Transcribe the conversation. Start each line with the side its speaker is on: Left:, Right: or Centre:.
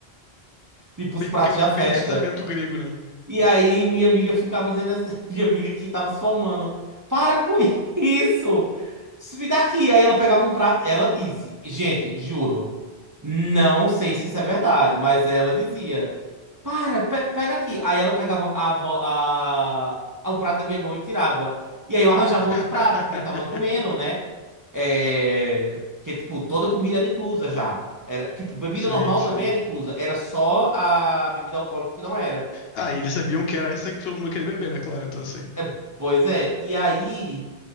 Right: Tipo,
Left: Bem,
Right: os pratos
Left: gre-
Right: da festa.
Left: bem casamento grego, né?
Right: E aí minha amiga ficava fazendo essa. <laughs> Minha amiga que tava se formando. Para com isso! Isso me dá aqui. Aí ela pegava um prato. Ela disse, gente, juro, não sei se isso é verdade, mas ela dizia: Para, pe- pega aqui. Aí ela pegava a, vo- a- a- o prato da minha mão e tirava. E aí eu arranjava
Left: <laughs>
Right: outro prato, porque tava comendo, né? É... Porque, tipo, toda comida era inclusa já. Era, tipo, bebida
Left: Sim,
Right: normal
Left: sim.
Right: também era inclusa. Era só a bebida alcoólica que não era.
Left: Ah, e eles sabiam que era essa que todo mundo queria beber, né? Claro, então assim.
Right: É, pois é, e aí.